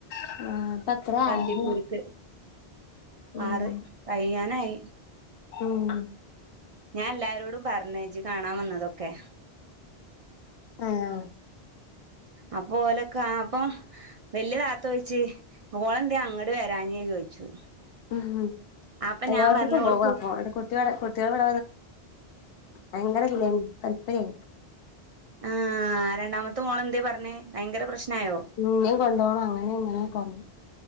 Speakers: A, on the left (about 65°); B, on the right (about 50°).
A: ആഹ് ഇപ്പ എത്ര
B: ബന്ദിപ്പുരിക്ക്
A: ആയത് ഉം
B: ആറ് കയിയാനായി
A: ഉം
B: ഞാൻ എല്ലാരോടും പറഞ്ഞ് ഇജ്ജ് കാണാൻ വന്നതൊക്കെ
A: ആഹ്
B: അപ്പോ ഓലോക് അപ്പൊ വല്യ താത്ത ചോയിച്ച് ഓള് എന്തെ അങ്ങോട്ട് വരാനാ ചോയിച്ചു
A: ഉം
B: അപ്പൊ
A: എല്ലാവടത്തുംക്കും
B: ഞാൻ പറഞ്ഞു ഓള്
A: പോക
B: കു
A: അപ്പൊവിടെ കുട്ട കുട്ടികൾട ഭയങ്കര ഇല്ല കല്പര്യ
B: ആഹ് രണ്ടാമത്തെ മോളെന്തേ പറഞ്ഞേ ഭയങ്കര പ്രശ്നായോ
A: ഇന്നേം കൊണ്ടു പോണം അങ്ങനെ ഇങ്ങനെ കൊറഞ്ഞു